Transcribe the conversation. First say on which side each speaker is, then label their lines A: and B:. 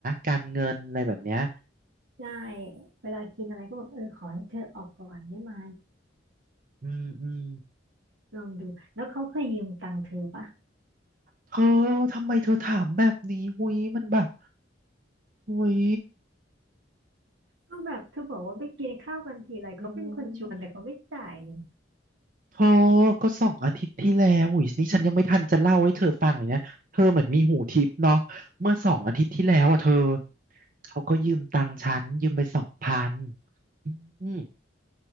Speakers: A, on the right; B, on the right.
A: การเงินอะไรแบบเนี้ย
B: ได้เวลากินอะไรก็แบบเออขอให้เธอออกก่อนได้ไหม
A: อืมอืม
B: ลองดูแล้วเขาเคยยืมตังค์เธอปะ
A: เธอทำไมเธอถามแบบนี้หุยมันแบบหุย
B: ก็แบบเธอบอกว่าไปกินข้าวกันทีไรเขาเป็นคนชวนแต่เขาไม่จ่ายนี่
A: อืมเธอก็สองอาทิตย์ที่แล้วหุยนี่ฉันยังไม่ทันจะเล่าให้เธอฟังเลยนะเธอเหมือนมีหูทิพย์เนาะเมื่อสองอาทิตย์ที่แล้วอ่ะเธอเขาก็ยืมตังค์ฉันยืมไปสองพันอืม